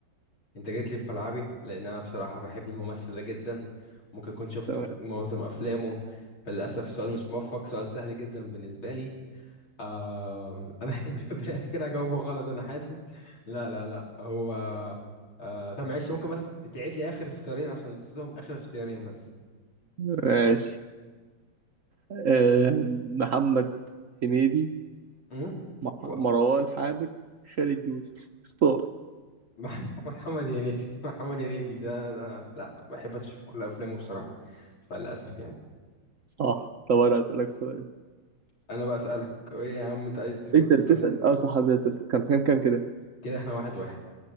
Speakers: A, on the left (about 75°); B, on the right (about 60°).
A: انت جيت لي في ملعبي لان انا بصراحة بحب الممثل ده جدا ممكن اكون شفت
B: تمام
A: معظم افلامه فللاسف السؤال مش موفق سؤال سهل جدا بالنسبة لي آه انا <laughs> بالعكس كده هجاوبه غلط انا حاسس لا لا لا هو آه طب معلش ممكن بس تعيد لي اخر اختيارين عشان نسيتهم اخر اختيارين بس
B: ماشي آم، محمد هنيدي
A: امم
B: مح-
A: و...
B: مروان حامد خالد يوسف اختار
A: مح- <laughs> محمد هنيدي محمد هنيدي ده ده لا بحب اشوف كل افلامه بصراحة فللاسف يعني
B: صح طب انا اسالك سؤال
A: انا بقى اسالك ايه يا عم انت عايز تفضل
B: انت
A: تسالني
B: بتسال اه صح انت بتسال كم كم كم كده
A: كده احنا واحد واحد